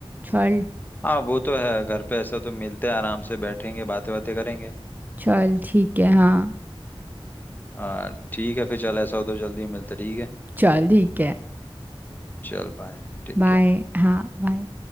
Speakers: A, on the right; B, on the left.
A: चल
B: हाँ वो तो है घर पे ऐसा तो मिलते हैं आराम से बैठेंगे बातें बातें करेंगे
A: चल ठीक है हाँ
B: आ, ठीक है फिर चल ऐसा हो तो जल्दी मिलते ठीक है
A: चल ठीक है
B: चल बाय ठीक
A: बाय
B: है
A: हाँ बाय